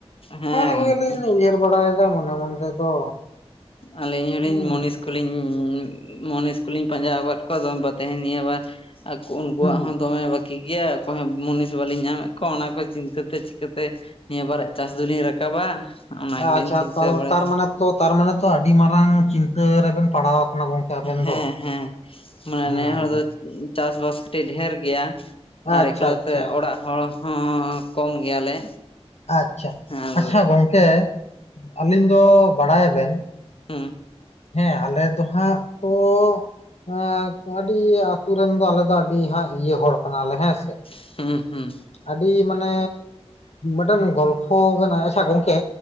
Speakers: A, on the left; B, on the left.
A: ᱦᱮᱸ
B: ᱚᱱᱟ ᱠᱚ
A: ᱜᱚᱢᱠᱮ
B: ᱜᱮᱞᱤᱧ ᱩᱭᱦᱟᱹᱨ ᱵᱟᱲᱟᱭᱮᱫᱟ ᱢᱚᱱᱮ ᱢᱚᱱᱮ ᱛᱮᱫᱚ᱾
A: ᱟᱞᱤᱧ ᱦᱚᱸᱞᱤᱧ
B: ᱦᱮᱸ
A: ᱢᱩᱱᱤᱥ ᱠᱚᱞᱤᱧ ᱢᱚᱱᱤᱥ ᱠᱩᱞᱤᱧ ᱯᱟᱸᱡᱟ ᱟᱠᱟᱫ ᱠᱚᱣᱟ <unintelligible> ᱛᱮᱦᱤᱧ ᱱᱤᱭᱟᱹᱵᱟᱨ, ᱟᱠ ᱩᱱᱠᱩᱣᱟᱜ
B: ᱦᱮᱸ
A: ᱦᱚᱸ ᱫᱚᱢᱮ ᱵᱟᱠ ᱠᱤ ᱜᱮᱭᱟ ᱚᱠᱚᱭ ᱦᱚᱸ ᱢᱩᱱᱤᱥ ᱵᱟᱹᱞᱤᱧ ᱧᱟᱢᱮᱜ ᱠᱚᱣᱟ ᱚᱱᱟ ᱠᱚ ᱪᱤᱱᱛᱟᱹᱛᱮ ᱪᱤᱠᱟᱹᱛᱮ, ᱱᱤᱭᱟᱹᱵᱟᱨ-ᱟᱜ ᱪᱟᱥ ᱫᱩᱞᱤᱧ ᱨᱟᱠᱟᱵᱟ᱾ ᱚᱱᱟ ᱜᱮᱞᱤᱧ
B: ᱟᱪᱷᱟ
A: ᱪᱤᱱᱛᱟᱹ ᱵᱟᱲᱟᱭᱟ
B: ᱛᱟᱨᱢᱟᱱᱮ ᱛᱚ ᱛᱟᱨᱢᱟᱱᱮ ᱛᱚ ᱟᱹᱰᱤ ᱢᱟᱨᱟᱝ ᱪᱤᱱᱛᱟᱹ ᱨᱮᱵᱮᱱ ᱯᱟᱲᱟᱣ ᱟᱠᱟᱱᱟ ᱜᱚᱝᱠᱮ ᱟᱵᱮᱱ
A: ᱦᱮᱸ-ᱦᱮᱸ,
B: ᱫᱚ᱾
A: ᱢᱟᱱᱮ
B: ᱦᱮᱸ
A: ᱱᱮ ᱦᱚᱲ ᱫᱚ ᱦᱩ, ᱪᱟᱥᱵᱟᱥ ᱠᱟᱹᱴᱤᱡ ᱰᱷᱮᱨ ᱜᱮᱭᱟ ᱟᱨ
B: ᱟᱪᱪᱷᱟ
A: ᱮᱠᱞᱟᱛᱮ
B: ᱟᱪᱪᱷᱟ
A: ᱚᱲᱟᱜ ᱦᱚᱲ ᱦᱚᱸ ᱠᱚᱢ ᱜᱮᱭᱟᱞᱮ
B: ᱟᱪ-ᱪᱷᱟ,
A: ᱦᱮᱸ
B: ᱟᱪ-ᱪᱷᱟ ᱜᱚᱝᱠᱮ ᱟᱹᱞᱤᱧ ᱫᱚ ᱵᱟᱲᱟᱭᱟ ᱵᱮᱱ
A: ᱦᱩ
B: ᱦᱮᱸ, ᱟᱞᱮ ᱫᱚ ᱦᱟᱸᱜ ᱛᱚ ᱻ ᱮᱸ-ᱜ, ᱟᱹᱰᱤ ᱟᱛᱩ ᱨᱮᱱ ᱫᱚ ᱟᱞᱮ ᱫᱚ ᱟᱹᱰᱤ ᱦᱟᱸᱜ ᱤᱭᱟᱹ ᱦᱚᱲ ᱠᱟᱱᱟᱞᱮ ᱦᱮᱸᱥᱮ ᱾
A: ᱴᱷᱤᱝ ᱦᱩ ᱴᱷᱚᱡ ᱦᱩ ᱾
B: ᱟᱰᱤ ᱢᱟᱱᱮ ᱢᱤᱫᱴᱟᱱ ᱜᱚᱞᱯᱷᱚ ᱠᱟᱱᱟ ᱟᱪᱷᱟ ᱜᱚᱝᱠᱮ?